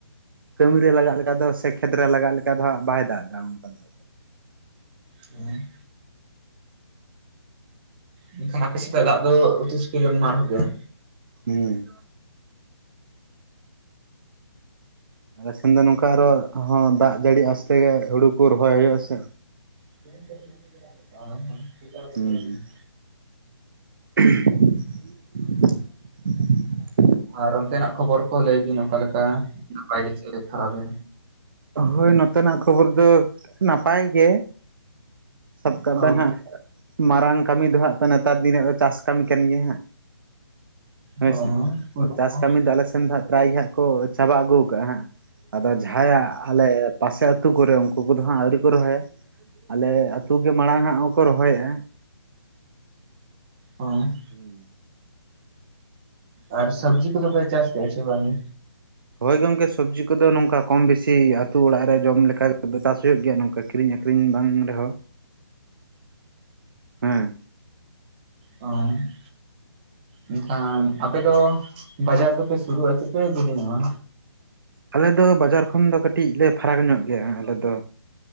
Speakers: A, on the right; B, on the right.
A: ᱠᱟᱹᱢᱤᱨᱮ ᱞᱟᱜᱟᱜ ᱞᱮᱠᱟ ᱫᱚ ᱥᱮ ᱠᱷᱮᱛᱨᱮ ᱞᱟᱜᱟᱜ ᱞᱮᱠᱟ ᱫᱚ ᱦᱟᱸᱜ ᱵᱟᱭ ᱫᱟᱜ ᱮᱫᱟ ᱚᱝᱠᱟ ᱫᱚ᱾
B: ᱦᱮᱸ ᱢᱮᱱᱠᱷᱟᱱ ᱟᱯᱮ ᱥᱮᱫᱟᱜ ᱫᱟᱜ ᱫᱚ ᱩᱛᱤ ᱥᱩᱛᱤ ᱜᱮ ᱢᱟᱨᱦᱚᱜ ᱜᱮᱭᱟ
A: ᱦᱩᱸ ᱟᱞᱮ ᱥᱮᱱ ᱫᱚ ᱱᱚᱝᱠᱟ ᱟᱨᱚ ᱦᱚᱸ ᱫᱟᱜ ᱡᱟᱹᱲᱤ ᱟᱥᱛᱮ ᱜᱮ ᱦᱩᱲᱩ ᱠᱚ ᱨᱚᱦᱚᱭ ᱦᱩᱭᱩᱜᱟ ᱥᱮ᱾
B: <unintelligible>
A: ᱦᱩᱸ <unintelligible>
B: ᱟᱨ ᱚᱱᱛᱮᱱᱟᱜ ᱠᱷᱚᱵᱚᱨ ᱠᱚ ᱞᱟᱹᱭ ᱵᱤᱱ ᱚᱠᱟ ᱞᱮᱠᱟ, ᱱᱟᱯᱟᱭ <unintelligible> ᱠᱷᱟᱨᱟᱯ ᱜᱮ?
A: ᱦᱳᱭ ᱱᱚᱛᱮᱱᱟᱜ ᱠᱷᱚᱵᱚᱨ ᱫᱚ ᱱᱟᱯᱟᱭ ᱜᱮ᱾ ᱥᱚᱵ ᱠᱟᱜ
B: ᱚ
A: ᱵᱮᱱ ᱦᱟᱸᱜ ᱢᱟᱨᱟᱝ ᱠᱟᱹᱢᱤ ᱫᱚ ᱦᱟᱸᱜ ᱱᱮᱛᱟᱨ ᱫᱤᱱ ᱨᱮᱭᱟᱜ ᱫᱚ ᱪᱟᱥ ᱠᱟᱹᱢᱤ ᱠᱟᱱ ᱜᱮᱭᱟ ᱦᱟᱸᱜ᱾ ᱦᱳᱭ
B: ᱦᱚᱸ
A: ᱥᱮ
B: ᱦᱚᱸ
A: ᱪᱟᱥ ᱠᱟᱹᱢᱤ ᱫᱚ ᱟᱞᱮ ᱥᱮᱱ ᱫᱚ ᱦᱟᱸᱜ ᱯᱨᱟᱭ ᱜᱮ ᱦᱟᱸᱜ ᱠᱚ ᱪᱟᱵᱟ ᱟᱹᱜᱩ ᱠᱟᱜ-ᱟ ᱦᱟᱸᱜ ᱟᱫᱚ ᱡᱟᱦᱟᱸᱭᱟᱜ ᱟᱞᱮ ᱯᱟᱥᱮ ᱟᱹᱛᱩ ᱠᱚᱨᱮ ᱩᱱᱠᱩ ᱠᱚᱫᱚ ᱦᱟᱸᱜ ᱟᱹᱣᱨᱤ ᱠᱚ ᱨᱚᱦᱚᱭᱟ ᱟᱞᱮ ᱟᱹᱛᱩ ᱜᱮ ᱢᱟᱲᱟᱝ ᱦᱟᱸᱜ ᱦᱚᱸ ᱠᱚ ᱨᱚᱦᱚᱭ-ᱟ
B: ᱚᱸ
A: ᱦᱩᱸ
B: ᱟᱨ ᱥᱚᱵᱽᱡᱤ ᱠᱚᱫᱚ ᱯᱮ ᱪᱟᱥ ᱜᱮᱜᱟ ᱥᱮ ᱵᱟᱝ ᱜᱮ?
A: ᱦᱳᱭ ᱜᱚᱝᱠᱮ ᱥᱚᱵᱽᱡᱤ ᱠᱚᱫᱚ ᱱᱚᱝᱠᱟ ᱠᱚᱢ ᱵᱮᱥᱤ ᱟᱹᱛᱩ ᱚᱲᱟᱜ ᱨᱮ ᱡᱚᱢ ᱞᱮᱠᱟ ᱫᱚ ᱪᱟᱥ ᱦᱩᱭᱩᱜ ᱜᱮᱭᱟ ᱱᱚᱝᱠᱟ ᱠᱤᱨᱤᱧ ᱟᱠᱦᱨᱤ ᱠᱨᱤᱧ ᱵᱟᱝ ᱨᱮᱦᱚᱸ ᱦᱮᱸ᱾
B: ᱚᱸ ᱢᱮᱱᱠᱷᱟᱱ ᱟᱯᱮᱫᱚ ᱵᱟᱡᱟᱨ ᱫᱚᱯᱮ ᱥᱩᱨᱩᱜ-ᱟ ᱥᱮ ᱯᱮ ᱡᱤᱞᱤᱧᱚᱜ-ᱟ?
A: ᱟᱞᱮ ᱫᱚ ᱵᱟᱡᱟᱨ ᱠᱷᱚᱱ ᱫᱚ ᱠᱟᱹᱴᱤᱡ ᱞᱮ ᱯᱷᱟᱨᱟᱠ ᱧᱚᱜ ᱜᱮᱭᱟ ᱟᱞᱮ ᱫᱚ᱾